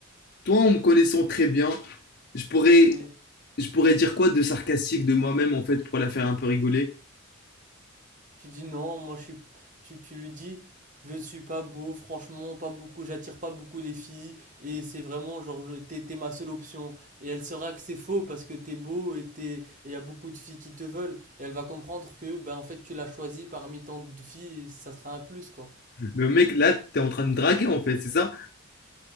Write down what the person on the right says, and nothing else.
Oui.
Tu dis non, moi je suis. Tu, tu lui dis, je ne suis pas beau, franchement, pas beaucoup, j'attire pas beaucoup les filles, et c'est vraiment genre, je- t'es, t'es ma seule option. Et elle saura que c'est faux parce que t'es beau et t'es, et y a beaucoup de filles qui te veulent, et elle va comprendre que, ben en fait, tu l'as choisi parmi tant de filles, et ça sera un plus, quoi.